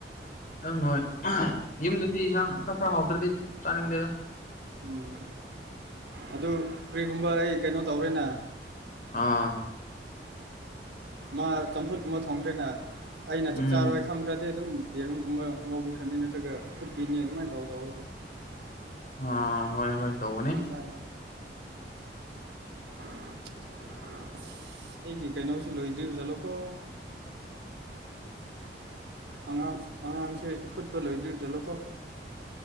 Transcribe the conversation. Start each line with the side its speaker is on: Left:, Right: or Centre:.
Left: ꯑꯗꯨꯝ ꯍꯣꯏ ꯌꯨꯝꯗꯗꯤ ꯏꯟꯁꯥꯡ ꯅꯥ ꯈ ꯍꯥꯎꯗ꯭ꯔꯗꯤ ꯆꯥꯅꯤꯡꯗꯦꯗ
Right: ꯎꯝ ꯑꯗꯨ ꯀꯔꯤꯒꯨꯝꯕ ꯑꯩ ꯀꯩꯅꯣ ꯇꯧꯔꯦꯅ
Left: ꯑꯥ
Right: ꯃꯥ ꯆꯝꯐꯨꯠꯀꯨꯝꯕ ꯊꯣꯡꯈ꯭ꯔꯦꯅ ꯑꯩꯅ
Left: ꯎꯝ
Right: ꯆꯥꯛ ꯆꯥꯔꯣꯏ ꯐꯪꯈ꯭ꯔꯗꯤ ꯑꯗꯨꯝ ꯌꯦꯔꯨꯝꯒꯨꯝꯕ ꯉꯧꯕꯤꯈ꯭ꯔꯅꯤ ꯅꯠꯇ꯭ꯔꯒ ꯐꯨꯠꯄꯤꯅꯤ ꯑꯗꯨꯃꯥꯏꯅ ꯇꯧ ꯇꯧꯋꯦꯕ
Left: ꯑ ꯍꯣꯏ ꯍꯣꯏ ꯇꯧꯕꯅꯤ
Right: ꯀꯁꯔ ꯑꯩꯒꯤ ꯀꯩꯅꯣꯁꯤ ꯂꯣꯏꯗ꯭ꯔꯤꯕ ꯖꯥꯠꯂꯣꯀꯣ
Left: ꯇꯥꯗꯔꯦ <inaudible>
Right: ꯑꯉꯥꯡꯁ ꯑꯉꯥꯡꯁꯦ ꯍꯨꯠꯄ ꯂꯣꯏꯗ꯭ꯔꯤꯕ ꯖꯠꯂꯣꯀꯣ